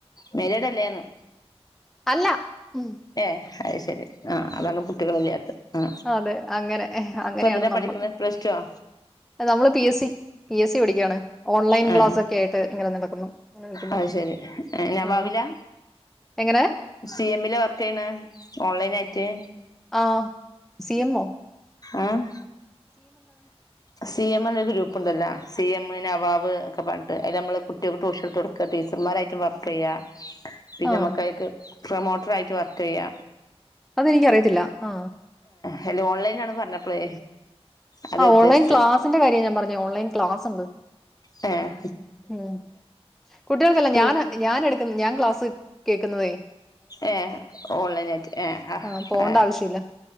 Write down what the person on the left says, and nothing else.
മാരീഡ് അല്ലേന്ന്
ഏഹ അത് ശരി ആ അതാണ് കുട്ടികളില്ലാത്ത ആ
ഇപ്പൊ എന്തിനാ
പഠിക്കുന്നത് പ്ലസ് ടു ആ
ആ
അ ശരി നവാബിലാ
സി എമ്മില് വർക്ക് ഓൺലൈൻ ആയിട്ട്
ഉം സി എം ഒരു ഗ്രൂപ്പുണ്ടല്ലോ സി എം നവാവ് ഒക്കെ പഞ്ഞിട്ട് അതിൽ നമ്മൾ കുട്ടികൾക്ക് ട്യൂഷ്യൽ കൊടുക്കുക ടീച്ചർമാരായിട്ടും വർക്കെയ്യ പിന്നെമകയിക്ക്
പ്രൊമോട്ടർ ആയിട്ട് വർക്കെയ്യ
ഹലോ ഓൺലൈൻ ആണ് പറഞ്ഞപ്പളേ അതാ
ഉദ്ദേശിച്ചെ
ഏ
ട്യൂഷൻ
ഏഹ ഓൺലൈന ആയിട്ട് ആ
ആ